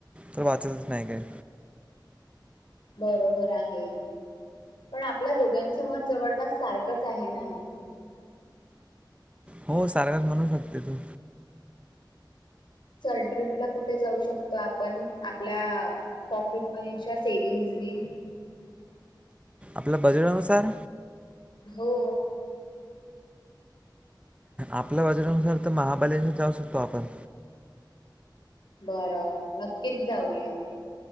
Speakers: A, on the right; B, on the left.
A: तर वाचतच नाही काय
B: बरोबर आहे. पण आपल्या दोघांचं मत जवळपास सारखंच आहे ना?
A: हो सारगाज म्हणू शकते तू.
B: चल ट्रिपला कुठे जाऊ शकतो आपण आपल्या पॉकेट मनीच्या सेव्हिंग्ज नी.
A: आपल्या बजेटानुसार
B: हो.
A: आपल्या बजेटनुसार तर महाबलेश्वरला जाऊ शकतो आपण.
B: बरं नक्कीच जाऊया.